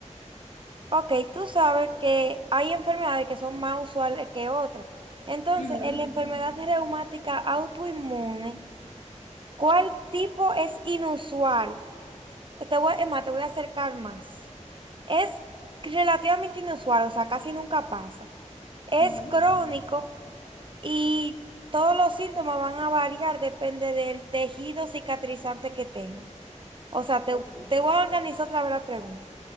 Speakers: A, on the right; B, on the left.
A: Ok, tú sabes que hay enfermedades que son más usuales que otras. Entonces,
B: Ujú,
A: en la enfermedad reumática autoinmune, ¿cuál tipo es inusual? Te voy, es más, te voy a acercar más. Es relativamente inusual, o sea, casi nunca pasa. Es
B: ujú,
A: crónico y todos los síntomas van a variar, depende del tejido cicatrizante que tenga. O sea, te,
B: ok,
A: te voy a organizar otra vez la pregunta.